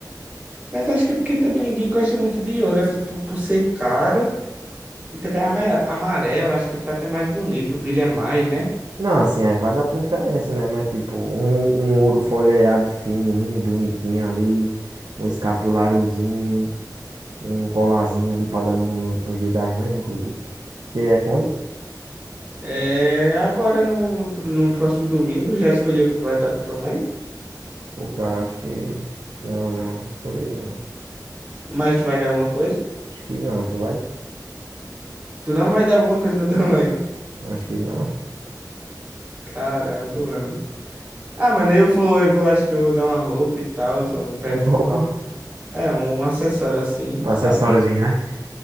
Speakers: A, on the right; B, on the right.
A: Mas acho que é porque também ninguém gosta muito de ouro, assim, por, por ser caro e também ame- amarelo, acho que prata é mais bonito, brilha mais, né?
B: Não, assim, aí vai dar preferência, né? Mas tipo, um, um ouro folheado fininho, bonitinho ali, um escapuláriozinho, um colarzinho ali pra dar no, no, no dia das mães, né, inclusive. Que é quando?
A: É, agora no, no próximo domingo já escolheu o que tu vai dar pra tua mãe?
B: Pô, cara, acho que. Não, não, escolhi não.
A: Mas tu vai dar alguma coisa?
B: Acho que não, tu vai?
A: Tu não vai dar alguma coisa pra tua mãe?
B: Acho que não.
A: Caramba, mano. Ah, mano, eu vou, eu vou, acho que eu vou dar uma roupa e tal, um perfume,
B: Roupa.
A: algo- é, um acessório assim,
B: Um
A: sabe?
B: acessóriozinho, né?